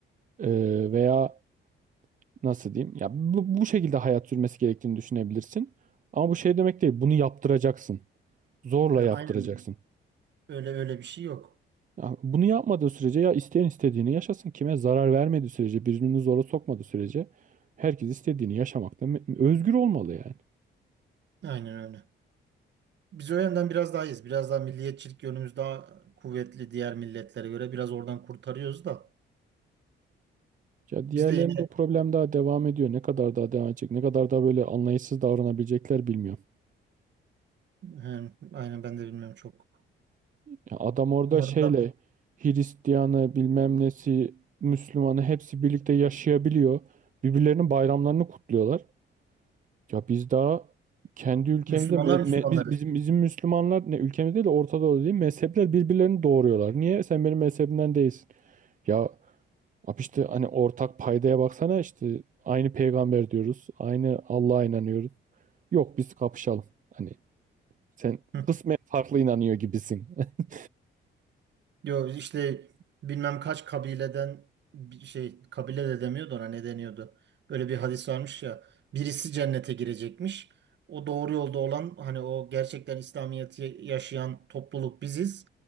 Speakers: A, on the right; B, on the right.
A: Ee, veya nasıl diyeyim? Ya bu, bu şekilde hayat sürmesi gerektiğini düşünebilirsin. Ama bu şey demek değil. Bunu yaptıracaksın. Zorla
B: Ha,
A: yaptıracaksın.
B: aynen. Öyle öyle bir şey yok.
A: Ya bunu yapmadığı sürece ya isteyen istediğini yaşasın. Kime zarar vermediği sürece, birbirini zora sokmadığı sürece herkes istediğini yaşamakta me- özgür olmalı yani.
B: Aynen öyle. Biz o yönden biraz daha iyiyiz. Biraz daha milliyetçilik yönümüz daha kuvvetli diğer milletlere göre. Biraz oradan kurtarıyoruz da.
A: Ya
B: Biz
A: diğerlerinde
B: de yine
A: o problem daha devam ediyor. Ne kadar daha devam edecek? Ne kadar daha böyle anlayışsız davranabilecekler bilmiyorum.
B: he, aynen ben de bilmiyorum çok.
A: Ya adam orada
B: Umarım
A: şeyle
B: da
A: Hristiyanı bilmem nesi Müslümanı hepsi birlikte yaşayabiliyor. Birbirlerinin bayramlarını kutluyorlar. Ya biz daha kendi ülkemizde
B: Müslümanlar
A: me-
B: Müslümanları.
A: me- biz- bizim bizim Müslümanlar ne ülkemizde değil de Orta Doğu'da değil mezhepler birbirlerini doğuruyorlar. Niye? Sen benim mezhebimden değilsin. Ya abi işte hani ortak paydaya baksana işte aynı peygamber diyoruz. Aynı Allah'a inanıyoruz. Yok biz kapışalım. Hani sen
B: <laughs>
A: kısmen farklı inanıyor gibisin. <laughs>
B: Yo işte bilmem kaç kabileden bir şey kabile de demiyordu ona ne deniyordu. Öyle bir hadis varmış ya. Birisi cennete girecekmiş. O doğru yolda olan hani o gerçekten İslamiyet'i yaşayan topluluk biziz.